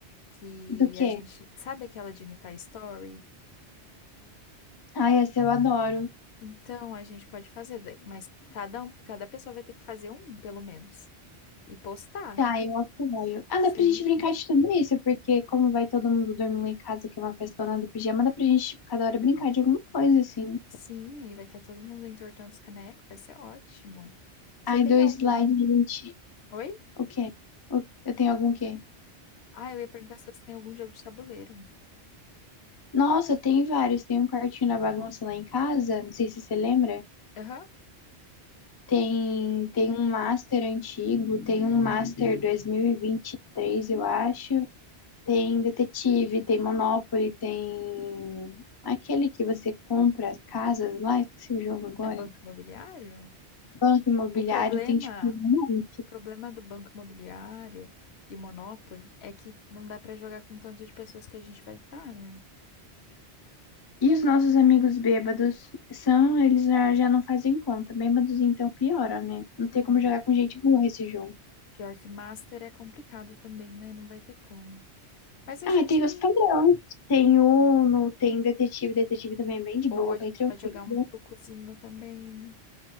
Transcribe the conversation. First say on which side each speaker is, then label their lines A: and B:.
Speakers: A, on the left (about 70°); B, on the left (about 40°).
A: que
B: Do quê?
A: a gente sabe aquela de imitar story?
B: Ai, esse eu adoro.
A: Então a gente pode fazer, daí- mas cada um, cada pessoa vai ter que fazer um, pelo menos, e postar.
B: Tá, eu apoio. Ah,
A: Sem,
B: dá pra gente brincar de tudo isso, porque como vai todo mundo dormir lá em casa, que é uma festona do pijama, dá pra gente, tipo, cada hora brincar de alguma coisa, assim.
A: sim, aí vai estar todo mundo entortando os canecos, vai ser ótimo. Você
B: Ai,
A: tem
B: do
A: algum.
B: slide, a gente.
A: Oi?
B: O quê? O- Eu tenho algum quê?
A: Ah, eu ia perguntar se você tem algum jogo de tabuleiro.
B: Nossa, tem vários. Tem um quartinho da bagunça lá em casa, não sei se você lembra.
A: Aham.
B: Tem, tem um master antigo, tem um master dois mil e e vinte e três eu acho. Tem detetive, tem Monopoly, tem aquele que você compra as casas lá, esqueci o jogo agora.
A: É banco imobiliário?
B: banco imobiliário
A: O problema,
B: tem tipo um
A: o problema do banco imobiliário e Monopoly é que não dá pra jogar com o tanto de pessoas que a gente vai estar, né?
B: E os nossos amigos bêbados são, eles já já não fazem conta. Bêbados então piora, né? Não
A: Hum,
B: tem como jogar com gente burra esse jogo.
A: Pior que Master é complicado também, né? Não vai ter como. Mas a
B: Ah,
A: gente.
B: e tem os padrões. Tem Uno, tem detetive, detetive também é bem de
A: Ou
B: boa,
A: a gente
B: bem tranquilo.
A: vai jogar um trucozinho também.